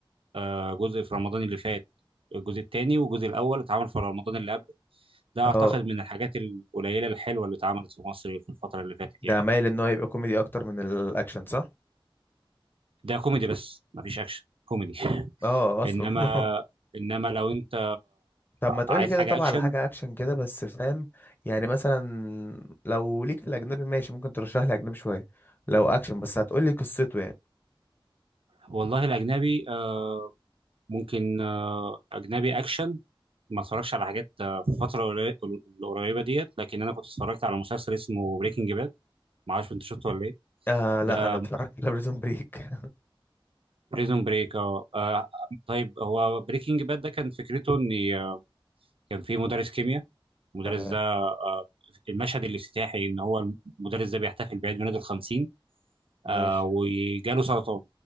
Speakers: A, on the right; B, on the left.
A: آه، جزء في رمضان اللي فات الجزء الثاني والجزء الاول اتعمل في رمضان اللي قبله ده اعتقد
B: أه
A: من الحاجات القليله الحلوه اللي اتعملت في مصر في الفتره اللي فاتت
B: ده
A: يعني
B: مايل إن هو يبقى كوميدي أكتر من الأكشن صح؟
A: ده كوميدي بس مفيش اكشن كوميدي <laughs>
B: أه أصلا
A: انما
B: <laughs>
A: انما لو انت
B: طب ما تقولي
A: عايز
B: كده
A: حاجه
B: طبعا
A: اكشن
B: على حاجة أكشن كده بس فاهم يعني مثلا لو ليك في الأجنبي ماشي ممكن ترشح لي أجنبي شوية لو أكشن بس هتقولي قصته يعني
A: والله الاجنبي آه، ممكن آه، اجنبي اكشن ما اتفرجش على حاجات آه، في الفترة القري- القريبة ديت لكن أنا كنت اتفرجت على مسلسل اسمه بريكنج باد معرفش أنت شفته ولا إيه
B: آه لا
A: ده
B: أنا اتفرجت على <laughs> بريزون بريك
A: بريزون بريك اه آه، طيب هو بريكنج باد ده كان فكرته إن آه، كان في مدرس كيمياء المدرس
B: تمام
A: ده آه، المشهد الافتتاحي إن هو المدرس ده بيحتفل بعيد ميلاده الخمسين آه
B: ماشي
A: وجاله سرطان